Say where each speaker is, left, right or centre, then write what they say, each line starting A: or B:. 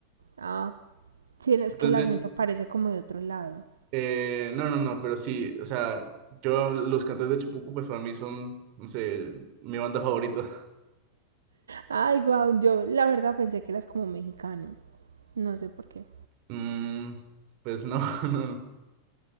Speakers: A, on the right; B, on the right.
A: Ah, sí, es
B: Entonces,
A: que el acento parece como de otro lado.
B: eh, no, no, no, pero sí, o sea, yo los Cantores del Chipuco, pues para mí son, no sé, mi banda favorita.
A: Ay, guau, yo la verdad pensé que eras como mexicano. No sé por qué.
B: Mm, pues no, <laughs> no, no.